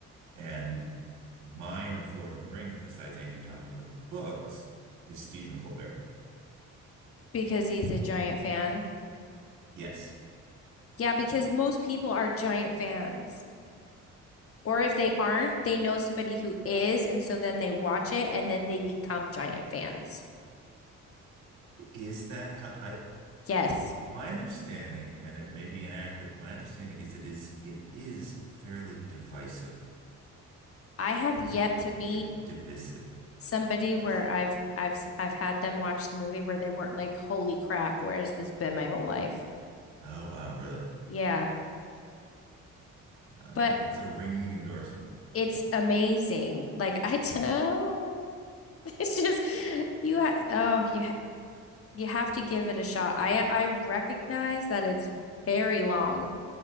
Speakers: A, on the right; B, on the left.
A: And mine of Lord of the Rings, besides Andy talking about the books, is Stephen Colbert.
B: Because he's a giant fan.
A: Yes.
B: Yeah, because most people are giant fans. Or if they aren't, they know somebody who is, and so then they watch it and then they become giant fans.
A: Is that how I
B: Yes.
A: my understanding, and it may be inaccurate, my understanding is it is it is fairly divisive.
B: I have yet
A: Div,
B: to meet
A: div, divisive.
B: somebody
A: Divisive.
B: where I've I've I've had them watch the movie where they weren't like, "Holy crap, where has this been my whole life?"
A: Oh wow, really?
B: Yeah.
A: Oh,
B: But
A: that's a ringing endorsement.
B: it's amazing. Like <laughs> I tell it's just you ha- oh, you you have to give it a shot. I I recognize that it's very long.